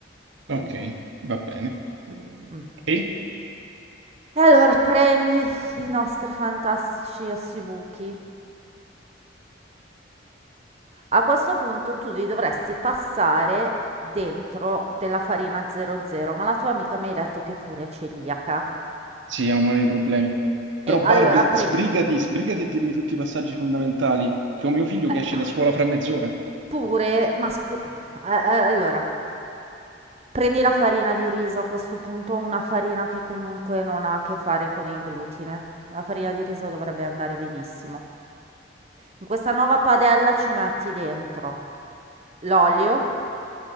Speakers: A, on the right; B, on the right.
A: Ok, va bene.
B: Mm.
A: E?
B: E allora prendi i nostri fantastici ossibuchi. A questo punto tu li dovresti passare dentro della farina 00, ma la tua amica mi ha detto che è pure è celiaca.
A: Sì, ha un mare di problemi. Però
B: E
A: Barb,
B: allora
A: sbrigati,
B: prendi
A: sbrigati a dirmi tutti i passaggi fondamentali, che ho mio figlio che
B: Eh,
A: esce da scuola fra mezz'ora.
B: pure, ma scu- eh, eh, allora, prendi la farina di riso a questo punto, una farina che comunque non ha a che fare con il glutine. La farina di riso dovrebbe andare benissimo. In questa nuova padella ci metti dentro l'olio,